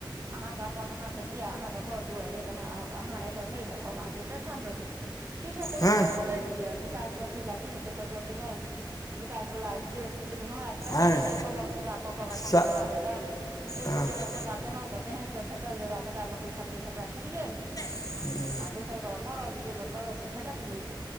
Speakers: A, on the right (about 35°); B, on the left (about 45°).
A: अहाँके अपन अहाँके किए अहाँके घर दुआरि ऐ जे अहाँ आउ अहाँ एतह नै रहब अहाँ दोसरे ठाम रहू, किछो कोनो
B: हँ
A: काज पक कैरि लिअ विकास ब अथी लय की होतय, फोफरो की नाहि, विकास वला जे हम हमरा देखै
B: आँय
A: नै छिअइ सभक सेवा क क क की
B: स
A: फायदा भेटल, एक
B: नहि
A: गोटे के सेवा केलहुँ त तेहन क भेटल जे वैह सभटा नौकरी चाकरी सभटा छुटि गेल।
B: <inaudible>
A: आ दोसरके वैह क रहल छी जैमे करब से भेटत नै,